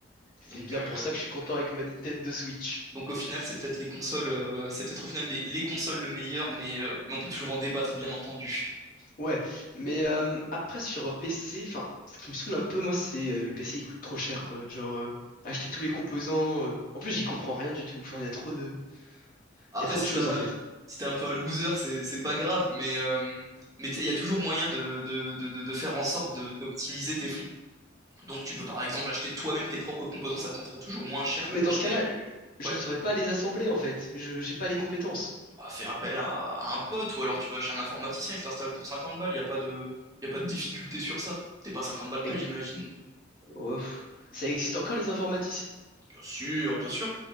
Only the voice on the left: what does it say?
c'est
bien
pour ça que je suis content avec ma Nintendo Switch.
Ouais, mais euh, après sur PC, enfin, ce qui me saoule un peu, moi, c'est euh, le PC, il coûte trop cher, quoi. Genre, euh, acheter tous les composants. euh, En plus, j'y comprends rien du tout. Enfin, il y a trop de,
il y a trop
de choses,
en fait.
Ouais,
mais
dans ce cas-là,
je
saurais pas les assembler, en fait. Je, j'ai pas les compétences.
Ça-
Oh, ça existe encore les informaticiens?